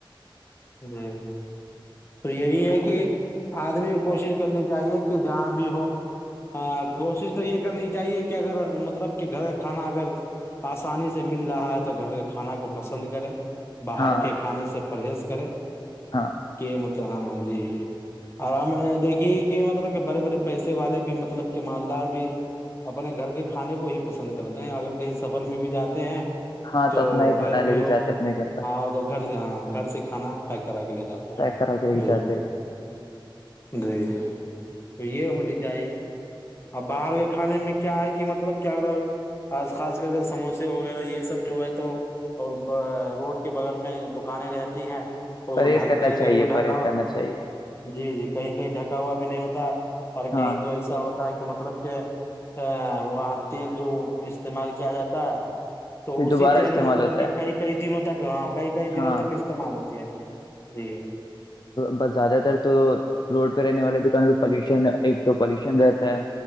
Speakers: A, on the left (about 30°); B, on the left (about 55°).
A: جی تو یہی ہے کہ آدمی کو کوشش کرنی چاہیے کہ جہاں بھی ہو کوشش تو یہ کرنی چاہیے کہ اگر مطلب کہ گھر کا کھانا اگر آسانی سے مل رہا ہے تو گھر کے کھانا کو پسند کرے باہر
B: ہاں
A: کے کھانے سے پریز کریں
B: ہاں
A: کہ مطلب جاں جی آرام دیکھیے کہ مطلب کہ بڑے بڑے پیسے والے بھی مطلب کہ مالدار بھی اپنے گھر کے کھانے کو ہی پسند کرتے ہیں اگر کہیں سفر میں بھی جاتے ہیں
B: ہاں
A: تو
B: اپنا ہی کھانا
A: ریل
B: لے
A: میں
B: کے
A: ہو
B: جاتے اپنے گھر کا
A: ہاں تو گھر سے ہاں گھر سے کانا پ کرا کے لے جاتے ہیں
B: پیک کرا کے لے کے
A: جی
B: جاتے ہیں
A: جی تو یہ ہونی چاہیے اور باہر کے کھانے میں کیا ہے کہ مطلب کیا آ خاص کر کے سموسے وغیرہ یہ سب جو ہے تو اور روڈ کے بغل میں دکانیں رہتے ت ہیں اس
B: پرہیز
A: کو
B: کرنا
A: کہیں
B: چاہیے
A: کہیں تو ڈکا
B: پرہیز
A: ہوا
B: کرنا چاہیے
A: جی جی کہیں کہیں ڈھکا ہوا بھی نہیں ہوتا اور
B: ہاں
A: کہیں تو ایسا ہوتا ہے کہ کہ مطلب کہ ا وہاں تیل جو استعمال کیا جاتا ہے تو
B: پھر دوبارہ
A: اسی تیل
B: استعمال
A: میں مطلب
B: ہوتا
A: کہ کئی کئی دنوں تک ہاں کئی کئی
B: ہے
A: دنوں
B: ہاں
A: تک استعمال ہوتی ہے جی
B: بس زیادہ تر تو روڈ پہ رہنے والے دکان پالوشن ایک تو پالشن رہتا ہے